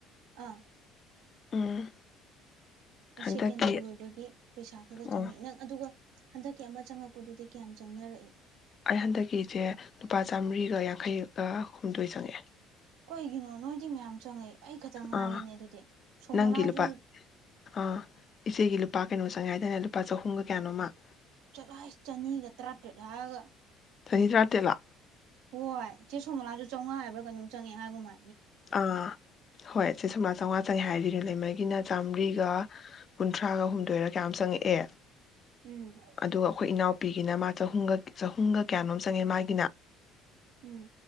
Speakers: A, on the right; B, on the left.
A: ꯑꯥ
B: ꯎꯝ ꯍꯟꯗꯛꯀꯤ
A: ꯁꯦꯀꯦꯟꯗꯔꯤ ꯑꯣꯏꯕꯒꯤ ꯄꯩꯁꯥ ꯈꯔ ꯈ ꯆꯪꯉꯤ
B: ꯑꯣ
A: ꯅꯪ ꯑꯗꯨꯒ ꯍꯟꯗꯛꯀꯤ ꯑꯃ ꯆꯪꯉꯛꯄꯗꯨꯗꯤ ꯀꯌꯥꯝ ꯆꯪꯅꯔꯛꯏꯦ
B: ꯑꯩ ꯍꯟꯗꯛꯀꯤꯁꯦ ꯂꯨꯄꯥ ꯆꯥꯃꯔꯤꯒ ꯌꯥꯡꯈꯩꯒ ꯍꯨꯝꯗꯣꯏ ꯆꯪꯉꯛꯑꯦ
A: ꯀꯩꯒꯤꯅꯣ ꯅꯣꯏꯗꯤ ꯃꯌꯥꯝ ꯆꯪꯉꯛꯏ ꯑꯩ ꯈꯛꯇ ꯉꯥꯏꯔꯦꯅꯦ
B: ꯑꯥ
A: ꯑꯗꯨꯗꯤ ꯁꯣꯃꯣꯂꯥꯁꯨ
B: ꯅꯪꯒꯤ ꯂꯨꯄꯥ ꯑꯥ ꯏꯆꯦꯒꯤ ꯂꯨꯄꯥ ꯀꯩꯅꯣ ꯆꯪꯉꯦ ꯍꯥꯏꯗꯅꯦ ꯂꯨꯄꯥ ꯆꯍꯨꯝꯒ ꯀꯌꯥꯅꯣꯃ
A: ꯆꯠꯂꯣꯍꯦ ꯆꯅꯤꯒ ꯇꯔꯥꯇꯔꯦꯠ ꯍꯥꯏꯔꯒ
B: ꯆꯅꯤ ꯇꯔꯥ ꯇꯦꯠꯂꯥ
A: ꯍꯣꯏ ꯏꯆꯦ ꯁꯣꯃꯣꯂꯥꯁꯨ ꯆꯥꯝꯉꯥ ꯍꯥꯏꯕ꯭ꯔꯥ ꯀꯩꯅꯣꯝ ꯆꯣꯡꯉꯦ ꯍꯥꯏꯒꯨꯝꯕ
B: ꯑꯥ ꯍꯣꯏ ꯆꯦ ꯁꯣꯃꯣꯂꯥ ꯆꯧꯉꯥ ꯆꯪꯉꯦ ꯍꯥꯏꯔꯗꯤꯅꯦ ꯂꯩꯃꯒꯤꯅ ꯆꯥꯝꯃꯔꯤꯒ ꯀꯨꯟꯊ꯭ꯔꯥꯒ ꯍꯨꯝꯗꯣꯏꯔ ꯀꯌꯥ ꯆꯪꯉꯛꯑꯦ
A: ꯎꯝ
B: ꯑꯗꯨꯒ ꯑꯩꯈꯣꯏ ꯏꯅꯥꯎꯄꯤꯒꯤꯅ ꯃꯥ ꯆꯍꯨꯝꯒ ꯆꯍꯨꯝꯒ ꯀꯌꯥꯅꯣꯝ ꯆꯪꯉꯦ ꯃꯥꯒꯤ
A: ꯎꯝ